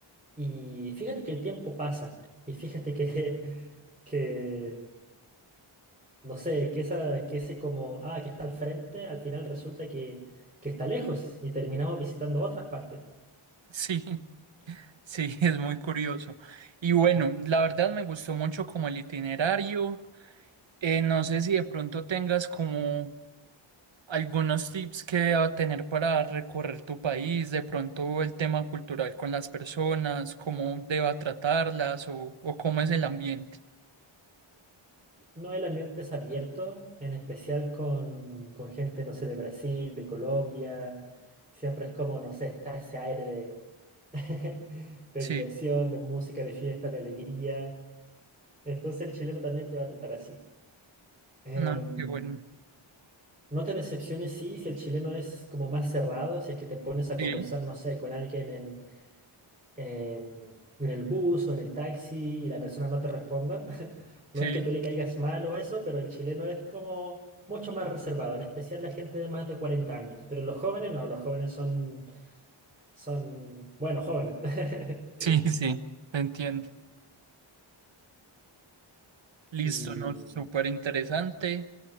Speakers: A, on the right (about 15°); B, on the right (about 60°).
A: Y fíjate que el tiempo pasa. Y fíjate que, <laughs> que no sé, que, esa, que ese como, ah, que está al frente, al final resulta que, que está lejos y terminamos visitando otras partes.
B: Sí, <laughs> sí, es muy curioso. Y bueno, la verdad me gustó mucho como el itinerario. Eh, no sé si de pronto tengas como algunos tips que deba tener para recorrer tu país, de pronto el tema cultural con las personas, cómo deba tratarlas o, o cómo es el ambiente.
A: No, el ambiente es abierto, en especial con, con gente, no sé, de Brasil, de Colombia. Siempre es como, no sé, está ese aire de, <laughs> de
B: Sí,
A: diversión, de música, de fiesta, de alegría. Entonces el chileno también te va a tratar así. Em,
B: no, qué bueno.
A: No te decepciones, sí, si el chileno es como más cerrado, si es que te pones a
B: Sí,
A: conversar, no sé, con alguien en, em, en el bus o en el taxi y la persona no te responda. <laughs> No
B: sí,
A: es que tú le caigas mal o eso, pero el chileno es como mucho más reservado, en especial la gente de más de 40 años. Pero los jóvenes no, los jóvenes son, son, bueno, jóvenes. <laughs>
B: sí, sí, te entiendo. Listo,
A: Y
B: ¿no? Súper interesante.